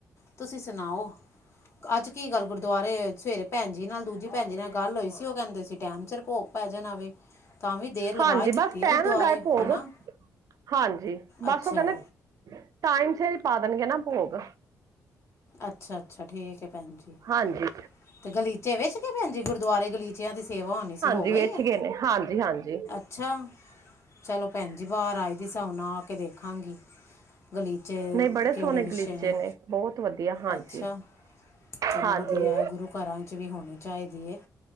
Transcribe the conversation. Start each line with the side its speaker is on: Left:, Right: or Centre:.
Left: ਤੁਸੀਂ ਸੁਨਾਓ। ਅੱਜ ਕੀ ਗੱਲ ਗੁਰਦੁਆਰੇ ਸਵੇਰੇ ਪੈਣ ਜੀ ਨਾਲ ਦੂਜੀ ਪੈਣ ਜੀ ਨਾਲ ਗੱਲ ਹੋਈ ਸੀ ਓ ਕੈਂਦੇ ਸੀ ਟੈਮ ਸੇਰ ਪੋਗ ਪੈ ਜਾਣਾ ਵੇ। ਤਾਂਵੀ ਦੇਰ ਲਗਾ
Right: ਹਾਂਜੀ
Left: ਈ ਦਿੱਤੀ
Right: ਬਸ ਪੈਣ
Left: ਏ ਗੁਰਦੁਆਰੇ
Right: ਲਗਾ ਭੋਗ,
Left: ਹਨਾ
Right: ਹਾਂਜੀ ਬਸ
Left: ਅੱਛਾ
Right: ਓ ਕੈਂਦੇ ਟਾਈਮ ਸੇਰ ਪਾ ਦੇਣਗੇ ਨਾ ਪੋਗ।
Left: ਅੱਛਾ-ਅੱਛਾ ਠੀਕ ਏ ਪੈਣ ਜੀ।
Right: ਹਾਂਜੀ।
Left: ਤੇ ਗਲੀਚੇ ਵੇਛਗੇ ਪੈਣ ਜੀ ਗੁਰਦੁਆਰੇ ਗਲੀਚਿਆਂ ਦੀ ਸੇਵਾ ਹੋਣੀ ਸੀ ਹੋ
Right: ਤੇ
Left: ਗਈ
Right: ਵੇਛਗੇ
Left: ਹੈ
Right: ਨੇ ਹਾਂਜੀ-ਹਾਂਜੀ।
Left: ਅੱਛਾ ਚਲੋ ਪੈਣ ਜੀ ਬਾਰ ਆਈ ਦੀ ਸਾ ਹੁਨ ਆ ਕੇ ਵੇਖਾਂਗੀ। ਗਲੀਚੇ
Right: ਨਹੀਂ ਬੜੇ
Left: ਕੇੜੇ
Right: ਸੋਹਣੇ
Left: ਵਿਛੇ
Right: ਗਲੀਚੇ
Left: ਨੇ
Right: ਬਹੁਤ ਵਧੀਆ ਹਾਂਜੀ
Left: ਅੱਛਾ ਚਲੋ
Right: ਹਾਂਜੀ
Left: ਵਧੀਆ ਐ ਗੁਰੂ ਘਰਾਂ ਚ ਵੀ ਹੋਣੀ ਚਾਇਦੀ ਏ।